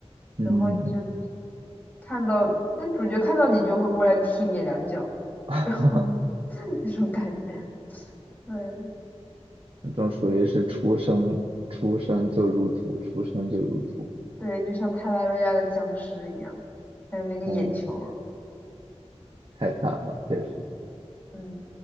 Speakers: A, on the right; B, on the left.
A: 嗯，
B: 然后就看到那主角看到你就会过来踢你两脚，
A: <laughs>
B: 然后 <laughs> 那种感觉，对
A: 那种属于是出生出生就入土，出生就入土，
B: 对，就像泰拉瑞亚的僵尸一样，还有那个眼球，
A: 嗯，太惨了，确实。
B: 嗯。